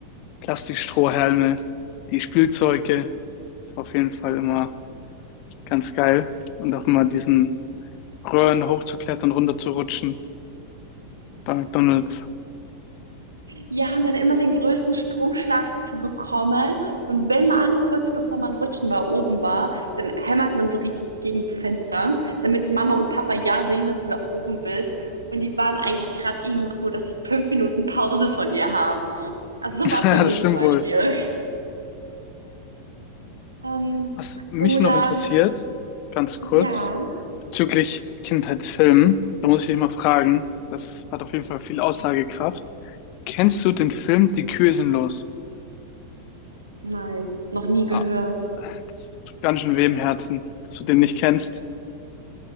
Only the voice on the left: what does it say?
Plastikstrohhalme, die Spielzeuge. Auf jeden Fall immer ganz geil. Und auch mal diesen Röhren hochzuklettern, runterzurutschen bei McDonald's.
<laughs>
Ja,
das stimmt
wohl.
Was mich
noch interessiert, ganz kurz,
bezüglich Kindheitsfilmen, da muss ich dich mal fragen, das hat auf jeden Fall viel Aussagekraft. Kennst du den Film Die Kühe sind los?
Ah, das tut ganz schön weh im Herzen, dass du den nicht kennst.